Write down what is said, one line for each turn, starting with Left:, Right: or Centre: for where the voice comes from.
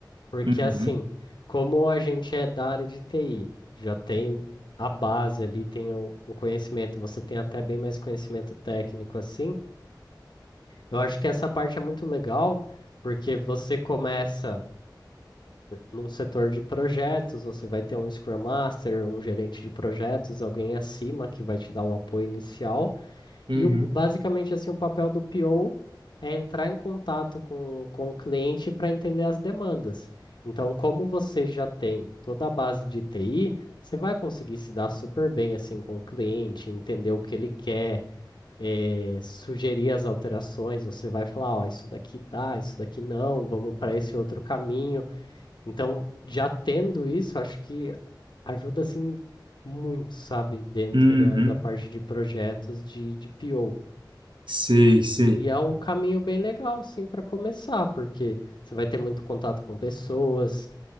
Left: porque,
Right: Uhum,
Left: assim, como a gente é da área de TI, já tem a base ali, tem o o conhecimento, você tem até bem mais conhecimento técnico, assim, Eu acho que essa parte é muito legal, porque você começa num setor de projetos, você vai ter um Scrum Master, um gerente de projetos, alguém acima que vai te dar o apoio inicial.
Right: uhum,
Left: E o- basicamente assim, o papel do PO é entrar em contato com, com o cliente para entender as demandas. Então, como você já tem toda a base de TI, você vai conseguir se dar super bem assim com o cliente, entender o que ele quer eh, sugerir as alterações, você vai falar, ó, isso daqui dá, isso daqui não, vamos para esse outro caminho. Então, já tendo isso, acho que ajuda assim muito, sabe, dentro
Right: uhum.
Left: da, da parte de projetos de, de PO.
Right: Sei, sei.
Left: E é um caminho bem legal, assim, para começar, porque você vai ter muito contato com pessoas